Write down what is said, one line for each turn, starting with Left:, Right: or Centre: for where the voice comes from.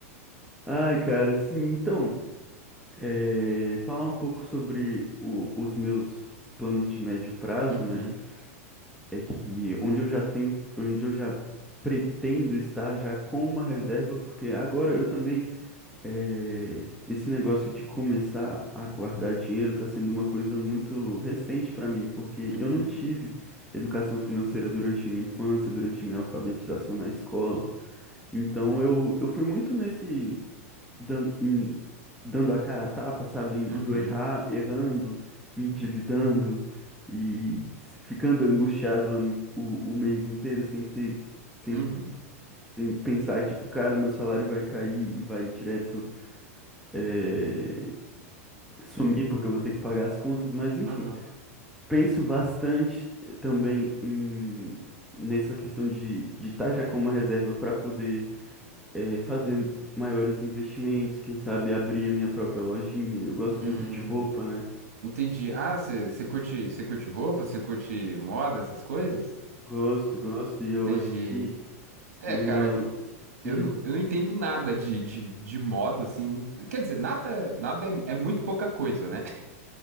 Centre: Ai, cara, sim. Então, é, falar um pouco sobre o- os meus planos de médio prazo,
Right: Uhum,
Centre: né? É que onde eu já tenho, onde eu já pretendo estar já com uma reserva, porque agora eu também É, esse negócio de começar a guardar dinheiro está sendo uma coisa muito recente para mim, porque
Right: uhum,
Centre: eu não tive educação financeira durante minha infância, durante minha alfabetização na escola. Então eu, eu fui muito nesse dando, em- dando a cara a tapa, sabe?
Right: uhum,
Centre: Indo errar, errando, me endividando e se- ficando angustiado o, ano- o o mês inteiro sem ter, sem,
Right: uhum,
Centre: sem pensar, tipo, cara, meu salário vai cair e vai direto. eh, sumir porque eu vou ter que pagar as contas, mas enfim.
Right: aham.
Centre: Penso bastante eh, também em, nessa questão de de estar já com uma reserva para poder eh, fazer maiores investimentos, quem sabe abrir a minha própria lojinha. Eu gosto
Right: Hum,
Centre: muito de roupa, né?
Right: entendi. Ah, você curte, você curte roupa, você curte moda, essas coisas?
Centre: Gosto, gosto, e
Right: Entendi.
Centre: eu acho que
Right: É,
Centre: que
Right: cara,
Centre: uma.
Right: tipo, eu
Centre: Hum,
Right: não, eu não
Centre: pode
Right: entendo
Centre: falar.
Right: nada de, de, de moda, assim. Quer dizer, nada, nada é, é muito pouca coisa, né?